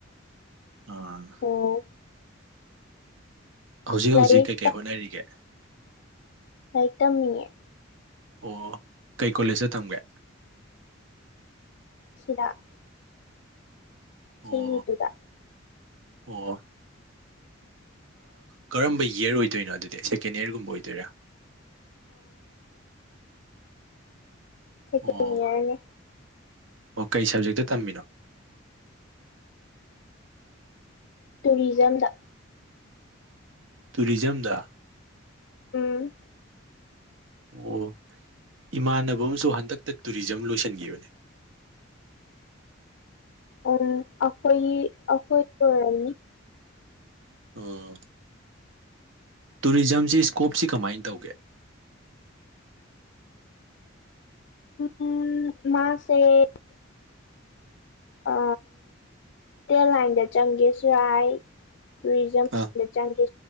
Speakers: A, on the right (about 70°); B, on the left (about 60°).
A: ꯑꯣ
B: ꯑꯣ
A: ꯍꯧꯖꯤꯛ
B: ꯂꯥꯏꯔꯤꯛ
A: ꯍꯧꯖꯤꯛ ꯀꯩꯀꯩ ꯍꯣꯠꯅꯔꯤꯒꯦ
B: ꯛꯇ ꯃꯤꯌꯦꯛ
A: ꯑꯣ ꯀꯩ ꯀꯣꯂꯦꯖꯇ ꯇꯝꯒꯦ
B: ꯁꯤꯗꯥꯥ ꯆꯗꯨꯗ
A: ꯑꯣ ꯑꯣ ꯀꯔꯝꯕ ꯏꯌꯔ ꯑꯣꯏꯗꯣꯏꯅꯣ ꯑꯗꯨꯗꯤ ꯁꯦꯀꯦꯟ ꯏꯌꯔꯒꯨꯝꯕ ꯑꯣꯏꯗꯣꯏꯔꯥ
B: ꯊ ꯀꯅꯤꯔꯅꯦ
A: ꯑꯣ ꯑꯣ ꯀꯩ ꯁꯕꯖꯦꯛꯇ ꯇꯝꯃꯤꯅꯣ
B: ꯇꯨꯔꯤꯖꯝꯗ
A: ꯇꯨꯔꯤꯖꯝꯗ
B: ꯎꯝ
A: ꯑꯣ ꯏꯃꯥꯟꯅꯕ ꯑꯃꯁꯨ ꯍꯟꯗꯛꯇ ꯇꯨꯔꯤꯖꯝ ꯂꯣꯏꯁꯤꯟꯈꯤꯕꯅꯦ <unintelligible>
B: ꯑꯣ ꯑꯈꯣꯏ ꯑꯈꯣꯏ ꯇꯔꯅꯤ
A: ꯑꯣ ꯇꯨꯔꯤꯖꯝꯁꯤ ꯏꯁꯀꯣꯞꯁꯤ ꯀꯃꯥꯏꯅ ꯇꯧꯒꯦ
B: ꯎꯝ ꯃꯥꯁꯦ ꯑ ꯍꯣꯇꯦꯜ ꯂꯥꯏꯟꯗ ꯆꯪꯒꯦꯁꯨꯔꯥꯏ ꯇꯔꯤꯖꯝ
A: ꯑꯥ
B: ꯆꯪꯒꯦ